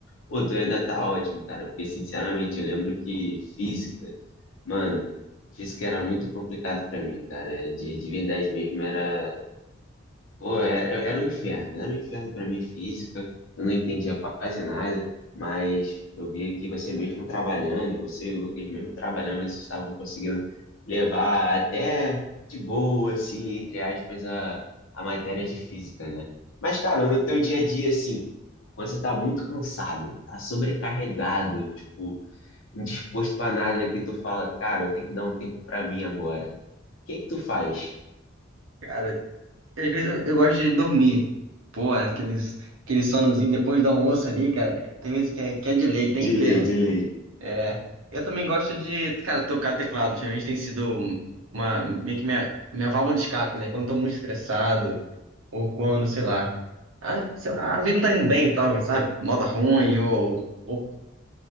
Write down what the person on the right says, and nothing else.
Cara, às vezes eu, eu gosto de dormir. Pô, aqueles, aquele sonozinho depois do almoço ali, cara. Tem vezes que é, que é de lei, tem
inteiro.
É, eu também gosto de, cara, tocar teclado. Geralmente tem sido uma, meio que minha, minha válvula de escape, né? Quando eu tô muito estressado, ou quando, sei lá. A, sei lá, a vida não tá indo bem e tal, sabe? Nota ruim, ou, ou